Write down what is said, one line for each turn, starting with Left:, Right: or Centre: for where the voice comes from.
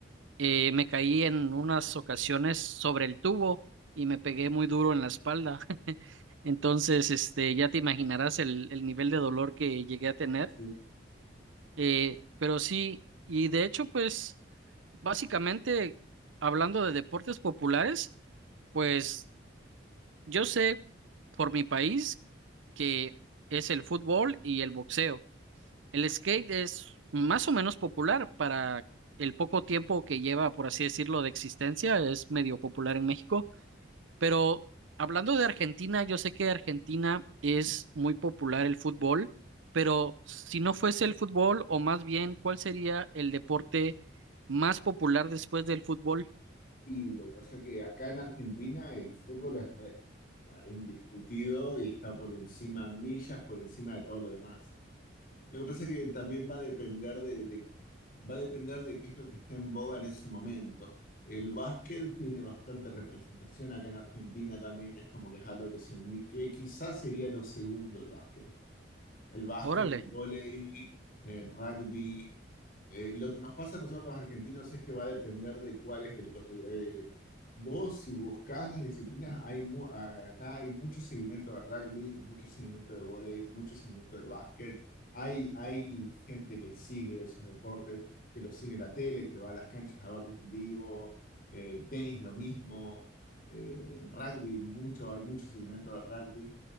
Right: eh, me caí en unas ocasiones sobre el tubo y me pegué muy duro en la espalda. <laughs> Entonces, este, ya te imaginarás el, el nivel de dolor que llegué a tener.
Left: Sí.
Right: Eh, pero sí, y de hecho, pues, básicamente, hablando de deportes populares, pues yo sé por mi país que es el fútbol y el boxeo. El skate es más o menos popular para el poco tiempo que lleva, por así decirlo, de existencia. Es medio popular en México. Pero hablando de Argentina, yo sé que Argentina es muy popular el fútbol, pero si no fuese el fútbol, o más bien, ¿cuál sería el deporte más popular después del fútbol?
Left: Y lo que pasa es que acá en Argentina el fútbol es rey, está indiscutido y está por encima, millas por encima de todo lo demás. Lo que pasa es que también va a depender de, de- va a depender de qué es lo que está en boga en ese momento. El básquet tiene bastante representación acá en Argentina también, es como que es algo que, se, mi- que quizás sería lo segundo el básquet. El básquet,
Right: Órale.
Left: el vóley, el rugby Eh, lo que nos pasa a nosotros los argentinos es que va a depender de cuál es el caso. Eh, vos, si buscás las disciplinas, hay mu- a- acá hay mucho seguimiento de rugby, mucho seguimiento de vóley, mucho seguimiento de básquet. Hay, hay gente que sigue esos deportes, que los sigue en la tele, que va a las canchas a verlos en vivo. Eh, tenis, lo mismo. Eh, rugby, mucho, hay mucho seguimiento de rugby.